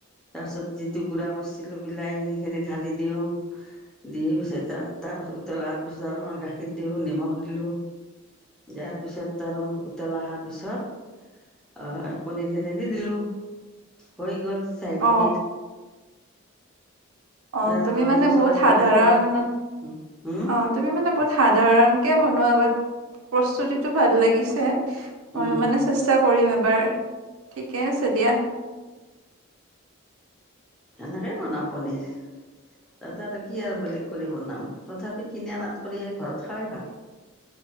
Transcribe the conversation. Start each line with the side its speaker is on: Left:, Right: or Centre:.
Centre: তাৰ পিছত যিটো গুড়া কৰিছিলো বিলাহী সেই খিনি ঢালি দিওঁ। দি- তাত তাৰপাছত উতলাৰ পিছত অলপমান গাখীৰ দিওঁ, নিমখ দিলোঁ। যাৰ পিছত আৰু উতল অহাৰ পিছত- আহ পনীৰ খিনি দি দিলো, হৈ গ'ল চাই
Right: অ
Centre: পনীৰ।
Right: অ
Centre: তাৰ
Right: তুমি
Centre: গৰম
Right: মানে
Centre: মচলা
Right: বহুত
Centre: দিব
Right: সাধাৰণ
Centre: লাগিব হম।
Right: অ তুমি মানে বহুত সাধাৰণ কে বনোৱা বাত প্ৰস্তুতিটো ভাল লাগিছে। মইয়ো
Centre: উম
Right: মানে চেষ্টা কৰিম এবাৰ, ঠিকে আছে দিয়া।
Centre: এনেকেই বনাওঁ পনীৰ। তাতে আৰু কি আৰু বেলেগ কৰি বনাম তথাপি কিনি আনাত কৰি ঘৰত খোৱাই ভাল।